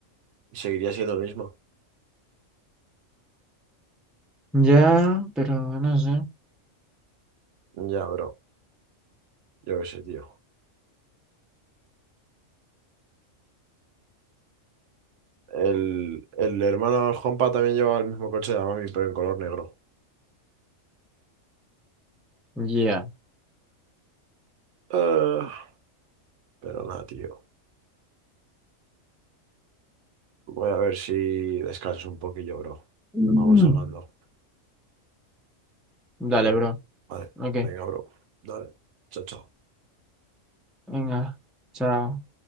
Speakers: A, on the right; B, in the centre.
A: Y seguiría siendo el mismo.
B: Ya, pero no sé.
A: Ya, bro. Yo qué sé, tío. El, el hermano de Juanpa también llevaba el mismo coche de la mami, pero en color negro.
B: Ya.
A: Ah, pero nada, tío. Voy a ver si descanso un poquillo, bro.
B: Mm.
A: Vamos hablando.
B: Dale,
A: Mm,
B: bro.
A: Vale,
B: Ok,
A: venga, bro. Dale, chao, chao.
B: venga. Chao.